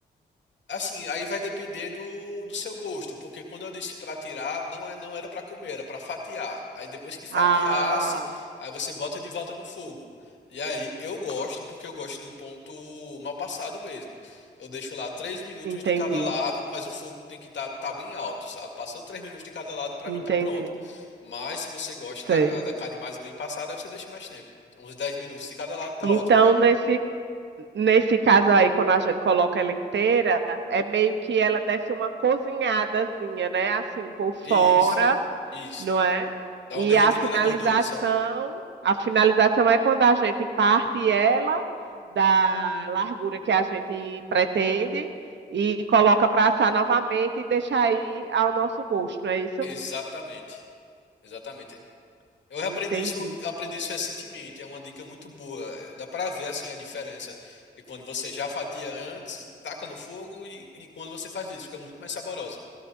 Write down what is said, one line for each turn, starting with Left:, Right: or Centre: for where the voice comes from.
Left: Assim, aí vai depender do, do seu gosto, porque quando eu disse para tirar, não, é, não era para comer, era para fatiar. Aí depois que fatiasse,
Right: Ah,
Left: aí você bota de volta no fogo. E aí eu gosto, porque eu gosto do ponto mal passado mesmo. Eu deixo lá três minutos
Right: entendi,
Left: de cada lado, mas o fogo tem que estar tá, tá bem alto, sabe? Passou três minutos de cada lado, para
Right: entendi.
Left: mim tá pronto. Mas se você gosta
Right: Sei.
Left: da, da carne mais bem passada, aí você deixa mais tempo. Uns 10 minutos de cada lado tá
Right: Então,
Left: ótimo já.
Right: nesse, nesse caso aí, quando a gente coloca ela inteira, é meio que ela desce uma cozinhadazinha, né? Assim, por fora,
Left: Isso, isso.
Right: não é?
Left: Dá
Right: E
Left: uma derretida
Right: a finalização,
Left: na gordura, sabe?
Right: a finalização é quando a gente parte ela da largura que a gente pretende e coloca para assar novamente e deixa aí ao nosso gosto, não é isso?
Left: Exatamente. Exatamente. Eu aprendi
Right: Entendi.
Left: isso, eu aprendi isso recentemente, é uma dica muito boa. Eh, Dá pra ver assim a diferença de quando você já fatia antes, taca no fogo e, e quando você faz isso, fica muito mais saborosa.